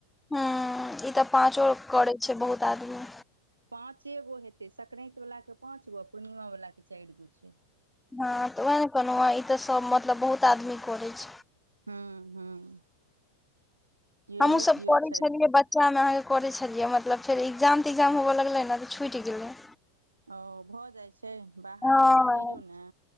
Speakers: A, in the centre; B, on the right (about 75°).
A: हँ, ई तऽ पाँचो करै छै बहुत आदमी।
B: पाँचे गो हेतै, सक्रान्तिवलाके पाँच गो, आ पूर्णिमावलाके चारि गो छै।
A: हँ तऽ उएह ने कहलहुँ हँ, ई तऽ सब, मतलब बहुत आदमी करै छै।
B: हँ- हँ। केओहे
A: हमहहुँ सब
B: केओ
A: करै
B: छथि
A: छलियै ब चामे अहाँके कर छलियै, मतलब फेर एग्जाम- तिग्जाम होबय लगलै ने, तऽ छुटि गेलै।
B: ओ भऽ जाइ छै, बाहर-भीतर
A: हँ
B: जइयौ ने।